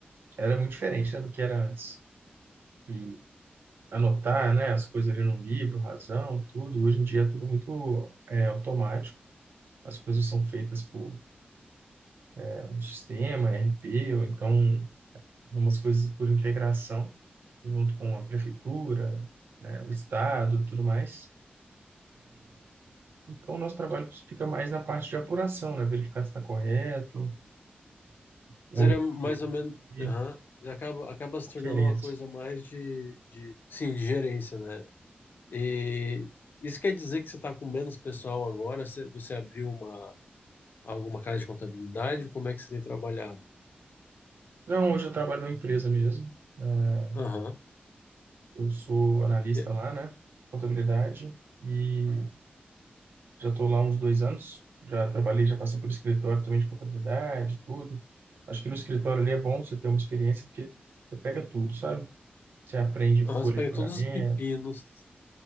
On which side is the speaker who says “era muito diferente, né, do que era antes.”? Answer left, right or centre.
Right